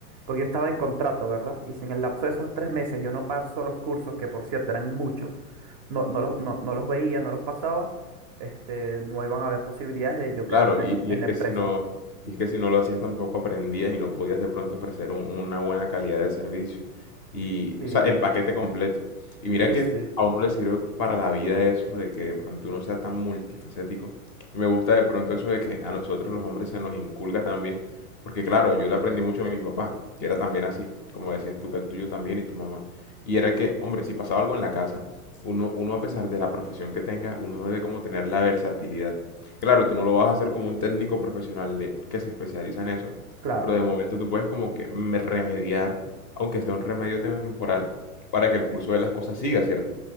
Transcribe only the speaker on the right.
porque yo estaba en contrato, ¿verdad? Y si en el lapso de esos tres meses yo no paso los cursos, que por cierto eran muchos, no, no los, no, no los veía, no los pasaba, este, no iban a haber posibilidades de yo quedarme
en,
en
la
empresa.
Sí,
sí,
sí,
claro.